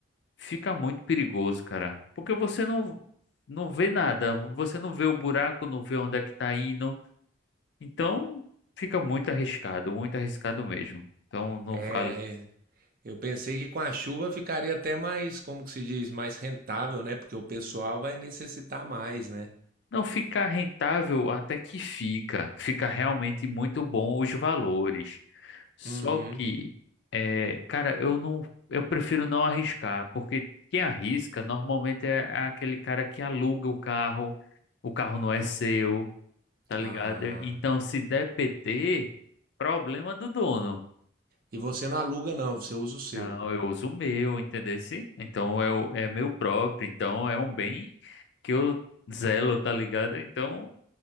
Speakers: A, on the left; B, on the right.
A: fica muito perigoso, cara. Porque você não não vê nada, você não vê o buraco, não vê onde é que tá indo. Então, fica muito arriscado, muito arriscado mesmo. Então, não
B: É,
A: vale.
B: Eu pensei que com a chuva ficaria até mais, como que se diz, mais rentável, né? Porque o pessoal vai necessitar mais, né?
A: Não fica rentável até que fica. Fica realmente muito bom os valores. Só
B: Uhum.
A: que, é, cara, eu não, eu prefiro não arriscar, porque quem arrisca normalmente é aquele cara que aluga o carro, o carro não é seu, tá ligado?
B: Ah.
A: Então, se der PT, problema do dono.
B: E você não aluga, não, você usa o seu.
A: Não, eu uso o meu, entendesse? Então é, o- é meu próprio, então é um bem que eu zelo, tá ligado? Então